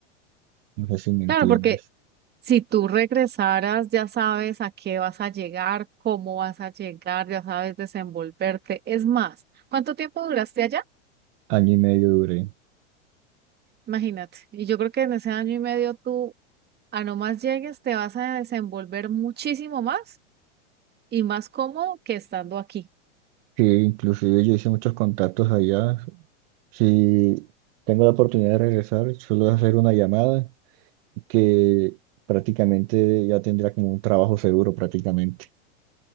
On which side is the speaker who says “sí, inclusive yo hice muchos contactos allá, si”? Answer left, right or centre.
Right